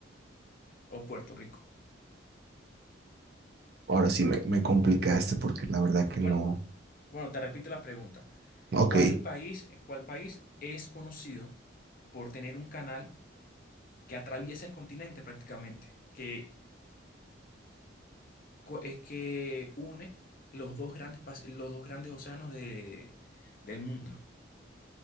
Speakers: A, on the left; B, on the right.
A: o Puerto Rico?
B: ahora sí me, me complicaste porque la verdad
A: Bu-
B: que
A: Bueno,
B: no.
A: bueno, te repito la pregunta.
B: Ok,
A: ¿Cuál país, cuál país es conocido por tener un canal que atraviesa el continente prácticamente? Que co- eh, que une los dos grandes, pas- los dos grandes océanos de, del mundo.